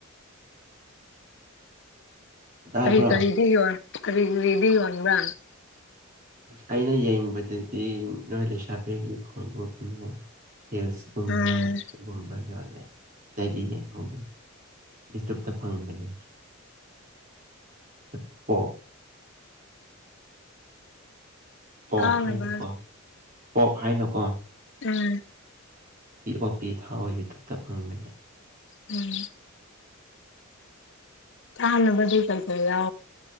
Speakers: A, on the right; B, on the left.
A: ꯇꯥꯕ꯭ꯔꯣ
B: ꯀꯔꯤ ꯀꯔꯤꯗꯤ ꯌꯣ ꯀꯔꯤꯔꯤꯗꯤ ꯌꯣꯟꯟꯕ꯭ꯔꯥ
A: ꯑꯩꯅ ꯌꯦꯡꯕꯗꯗꯤ ꯅꯣꯏ ꯂꯩꯁꯥꯕꯤꯒꯤ ꯈꯣꯡꯎꯞꯅꯦ ꯍꯁꯒꯨꯝꯕꯒꯨꯝꯕ
B: ꯎꯝ
A: ꯌꯥ ꯆꯩꯗꯤ ꯌꯦꯡꯍꯧꯗꯦ ꯌꯨꯇꯨꯞꯇ ꯐꯪꯒꯅꯤ ꯏꯄꯣ ꯄꯞ
B: ꯆꯥꯅꯕ
A: ꯍꯥꯏꯅꯀꯣ ꯄꯞ ꯍꯥꯏꯅꯀꯣ
B: ꯎꯝ
A: ꯏ ꯑꯣ ꯄꯤ ꯊꯥꯎ ꯌꯨꯇꯨꯨꯞꯇ ꯐꯪꯕꯅꯤ
B: ꯎꯝ ꯑꯥ ꯀꯩ ꯀ ꯌꯥ